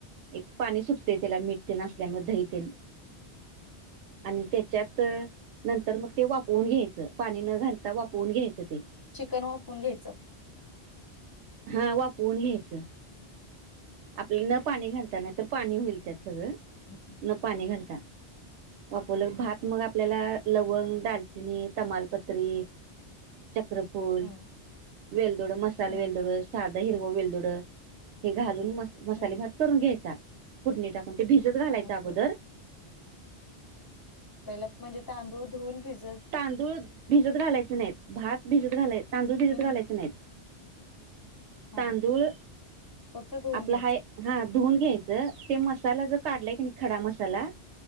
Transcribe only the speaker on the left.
<unintelligible>
चिकन वाफवून घ्यायचं.
हम्म,
आणि
हा
हम्म
हम्म
हम्म
ओके
पहिला म्हणजे तांदूळ धुऊन भिज
हम्म
हा
फक्त धुवून
घ्यायचं.